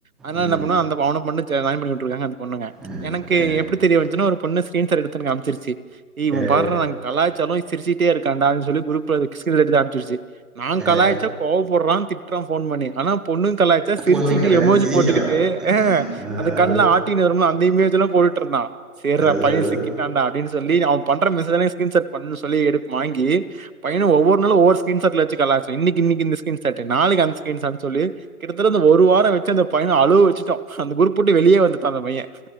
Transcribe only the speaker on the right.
அதனால
என்ன பண்ணோ அந்த அவன மட்டு ஜாய்ன் பண்ணி விட்ருங்க அந்த பொண்ணுங்க
எனக்கு
எப்படி தெரிய வன்ச்சுனா ஒரு பொண்ணு ஸ்கீர்ஷாட் எடு அம்ச்சிருச்சு ஏ இவன்
பார்ரா கலாய்ச்சாலும் சிரிச்சிட்டே இருக்காண்ட குரூப் ல இருகர்த ஸ்க்ரீன்ஷா எட்த்து அன்ப்ச்சிர்ச்சி நாங்
கலாய்ச்சா கோவப்பட்றான் திட்றா ஃபோன் பண்ணி ஆனா பொண்ணு கலாயச்சா சிரிச்சுக்கிட்டு
எமோச்சு
போட்டுக்கிட்டு
அது
கண்ல ஆ ஹாட்டின் வரும் ல அந்த இமோஜ் ல போட்டு இருந்தான் ச
பையன்
சிக்கிட்டு தாண்ட அப்படின்னு சொல்லி அவ பண்ற மெசேஜ்லாம் ஸ்கிரீன்ஷாட் பண்ணா சொல்லி எடுத்து வாங்கி பையன ஒவ்வொரு நாளும் ஒவ் ஸ்க்ரீன்ஷாட் ல வச்சி கலாய்ச்சோ இன்னிக்கி இந்ந ஸ்க்ரீன்ஷாட் நாளைக்கி அந்த ஸ்க்ரீன்ஷாட் சொல்லி கிட்டதட்ட அத ஒரு வாரோ வச்சு பையன அழுவ வச்சுட்டோ அந்த குரூப் விட்டு வெளியே வந்துட்டா அந்த பையன்